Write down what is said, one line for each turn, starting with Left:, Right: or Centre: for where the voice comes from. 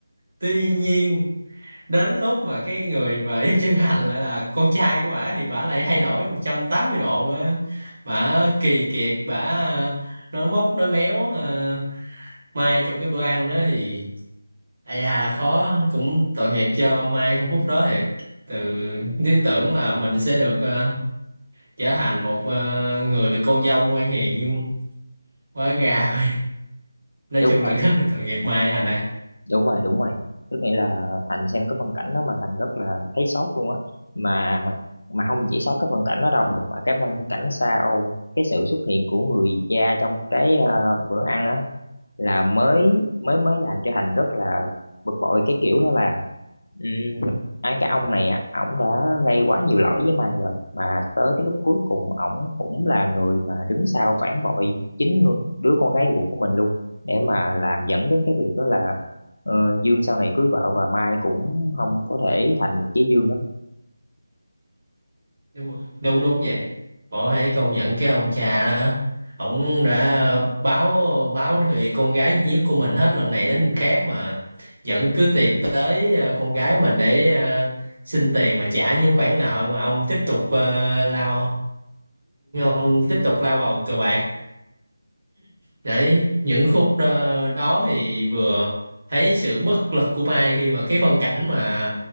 Right: tuy nhiên đến lúc mà cái người mà yêu chân hạnh lại là con trai của bả thì bả lại thay đổi 180 độ á. bả kỳ kiệt bả nói móc nói méo à. Mai trong cái bữa ăn đó thì ai à khó cũng tội nghiệp cho Mai không phút đó thì từ cứ tưởng là mình sẽ được ờ, trở thành một ờ, người con dâu ngoan hiền nhưng quá gà <laughs> nói
Left: đúng
Right: chung
Left: rồi
Right: là rất là tội nghiệp Mai Thành này
Left: đúng rồi đúng rồi tức nghĩa là Thành xem cái phân cảnh đó mà Thành rất là thấy sót luôn á mà mà không chỉ sót cái phân cảnh đó đâu mà cái phân cảnh sau cái sự xuất hiện của người cha trong cái ờ, bữa ăn á là mới mới mới làm cho Thành rất là bực bội cái kiểu đó là ừ, ai cái ông này á ổng đã gây quá nhiều lỗi với mày rồi mà tới cái lúc cuối cùng ổng cũng là người mà đứng sau phản bội chính ngư- đứa con gái ruột của mình luôn để mà làm dẫn đến cái việc đó là ờ, Dương sau này cưới vợ và Mai cũng không có thể thành được với Dương á
Right: đúng rồi. đúng đúng vậy bỏ hãy công nhận cái ông cha đó ổng đã báo báo thì con gái duy nhất của mình hết lần này đến lần khác mà vẫn cứ tìm tới ờ, con gái mình để ờ, xin tiền mà trả những khoản nợ mà ông tiếp tục ờ, lao ông tiếp tục lao vào cờ bạc Đấy, những khúc đó, đó thì vừa thấy sự bất lực của Mai khi mà cái phân cảnh mà